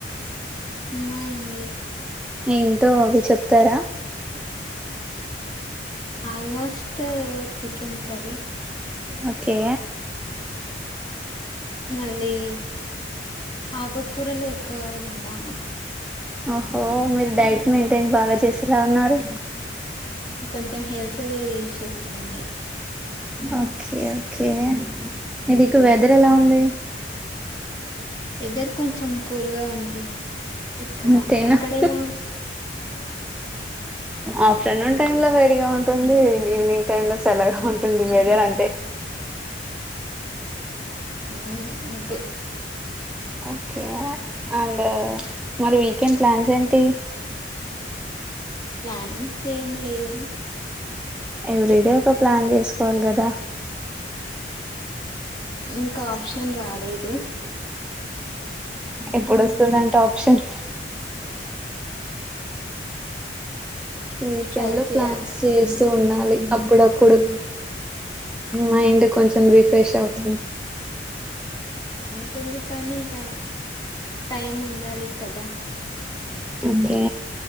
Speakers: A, on the left; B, in the centre.
A: ఉన్నాయండీ
B: ఏంటో అవి చెప్తారా
A: ఆల్మోస్ట్ చికెన్ కరీ
B: ఓకే
A: మళ్ళీ ఆకుకూరలు ఎక్కువ తింటాను
B: ఓహో మీరు డైట్ మెయింటైన్ బాగా చేసేలా ఉన్నారు
A: కొంచెం హెల్త్ ఇష్యూస్ అండి
B: ఓకే ఓకే మీది దిక్కు వెదర్ ఎలా ఉంది
A: వెదర్ కొంచం కూల్గా ఉంది ఇక్కడ
B: అంతేనా
A: అక్కడ ఎలా
B: ఆఫ్టర్నూన్ టైమ్ లో వేడిగా ఉంటుంది ఈవినింగ్ టైమ్ లో చల్లగా ఉంటుంది వేదేర్ అ
A: ఆ అంతే
B: ఓకే అండ్ మరి వీకెండ్ ప్లాన్స్ ఏంటి
A: ప్లానింగ్స్ ఏం లేవు
B: ఎవ్రీడే
A: నార్మల్
B: ఒక ప్లాన్
A: అంతా
B: చేసుకోవాలి కదా
A: ఇంకా ఆప్షన్ రాలేదు
B: ఎప్పుడుస్తుందంటే ఆప్షన్ వీకెండ్
A: ట్రై
B: లో
A: చేయాలి
B: ప్లాన్స్ చేస్తూ ఉండాలి అప్పుడప్పుడు మైండ్ కొంచెం రిఫ్రెష్ అవుతుంది
A: ఉంటుంది కానీ ఇక టైం ఉండాలి కదా
B: ఓకే